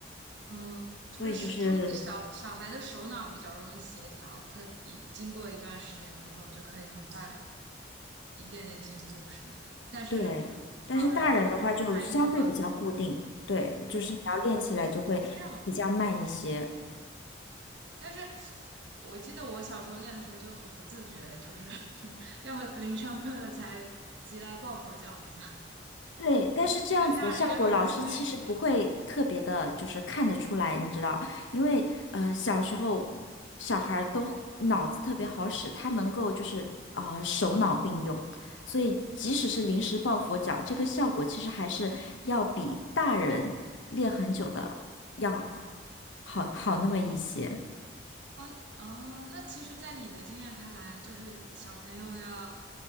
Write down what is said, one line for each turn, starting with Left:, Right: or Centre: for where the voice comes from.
Right: 嗯，就是是他们小小孩的手脑比较容易协调，
Left: 所以就是
Right: 他一经过一段时间之后，就可以很快一点点进步，是吗？但是
Left: 对。但是大人的话就相对比较固定，
Right: 老人他就反应不过来。
Left: 对，
Right: 嗯，
Left: 就是你要练起来就会比较慢一些。
Right: 哦，这样。但是我记得我小时候练的时候就很不自觉，就是 <laughs> 要临上课了才急来抱佛脚一下。
Left: 对，但是这样子的效果，
Right: 我觉得大人应该会自律。
Left: 老师其实不会特别的，就是看得出来，你知道，因为呃，小时候小孩儿都脑子特别好使，他能够就是啊、呃手脑并用，所以即使是临时抱佛脚，这个效果其实还是要比大人练很久的要好好那么一些。
Right: 哦哦，那其实，在你的经验看来，就是小朋友要